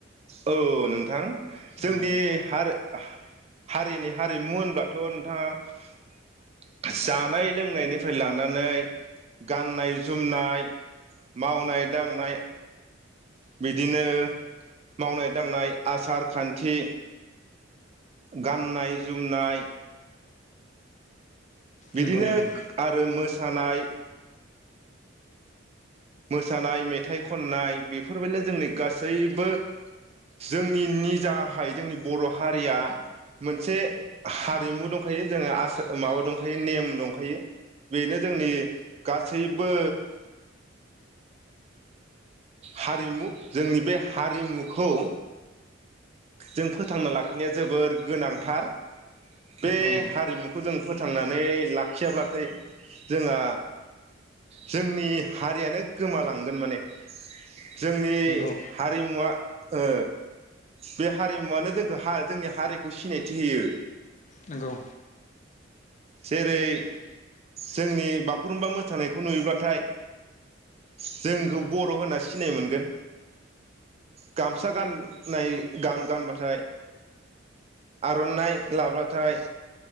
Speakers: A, on the right; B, on the left.
A: औ नोंथां जोंनि
B: औ
A: हार हारिनि हारिमु होनबाथ' नोंथाङा जानाय लोंनायनिफ्राय लानानै गाननाय जोमनाय मावनाय दांनाय बिदिनो मावनाय दांनाय आसार खान्थि, गाननाय जोमनाय बिदिनो
B: नंगौ नंगौ
A: आरो मोसानाय मोस मोसानाय मेथाइ खननाय बेफो बेफोरबायदिनो जोंनि गासैबो, जोंनि निजाहाय जोंनि बर' हारिया मोनसे हारिमु दंखायो जोङो आस माबा दंखायो नेम दंखायो बेनो जोंनि गासैबो, हारिमु जोंनि बे हारिमुखौ, जों फोथांना लाखिनाया जोबोर गोनांथार बे
B: औ नंगौ
A: हारिमुखौ जों फोथांनानै ला लाखियाब्लाथाय जोंहा जोंनि हारियानो गोमालांगोन माने, जोंनि
B: नंगौ
A: हारिमुवा ओ बे हारिमुवानो जोंखो हा जोंनि हारिखौ सिनायथि होयो।
B: नंगौ
A: जेरै जोंनि बागुरुमबा मोसानायखौ नुयोब्ला थाइ जोंखौ बर' होनासो सिनाय मोनगोन गामसा गनाय गानबाथाय आर'नाइ लाब्लाथाय